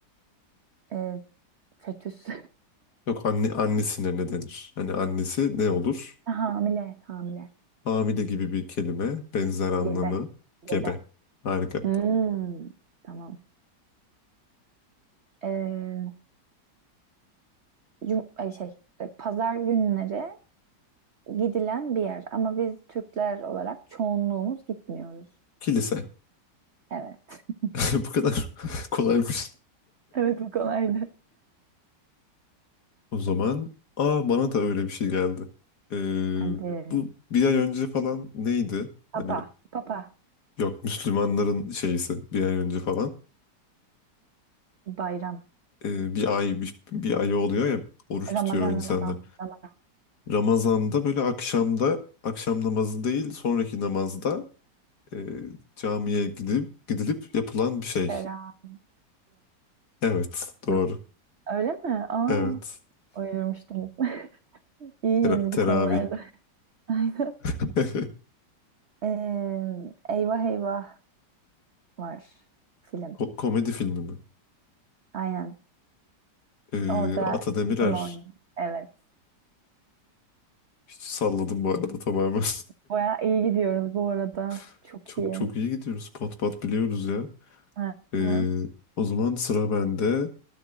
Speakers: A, on the right (about 45°); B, on the left (about 65°).
A: Ee, fetüs.
B: Yok anne annesine ne denir? Hani annesi ne olur?
A: <laughs> Hamile. Hamile.
B: Hamile gibi bir kelime, benzer anlamı,
A: Gebe. Gebe.
B: gebe. Harika.
A: Hmm. Tamam. Ee, cum- ay şey, e, pazar günleri gidilen bir yer ama biz Türkler olarak çoğunluğumuz gitmiyoruz.
B: Kilise.
A: Evet. <laughs>
B: <laughs> Bu kadar <laughs> kolaymış.
A: Evet bu kolaydı.
B: O zaman aa bana da öyle bir şey geldi. Ee,
A: Hadi.
B: bu bir ay önce falan neydi?
A: Papa,
B: Hani
A: papa,
B: yok Müslümanların şeysi bir ay önce falan.
A: bayram.
B: Ee, bir ay bir, bir ay oluyor ya oruç tutuyor
A: Ramazan,
B: insanlar.
A: Ramazan, Ramazan.
B: Ramazan'da böyle akşamda akşam namazı değil sonraki namazda e, camiye gidip gidilip yapılan bir şey.
A: Teravih.
B: Evet doğru.
A: nam- Öyle mi? Aa,
B: Evet.
A: oynamıştım. <laughs> İyiyiz
B: Tera- teravih.
A: bu konularda. <laughs> Aynen.
B: <laughs>
A: Ee, Eyvah Eyvah var film.
B: Ko- komedi filmi mi?
A: Aynen.
B: Ee,
A: Orada
B: Ata Demirer
A: kim oynuyor? Evet.
B: Hiç salladım bu arada tamamen.
A: Bayağı iyi gidiyoruz bu arada.
B: <laughs>
A: Çok
B: Çok
A: iyi.
B: çok iyi gidiyoruz. Pat pat biliyoruz ya.
A: Aynen.
B: Ee, o zaman sıra bende.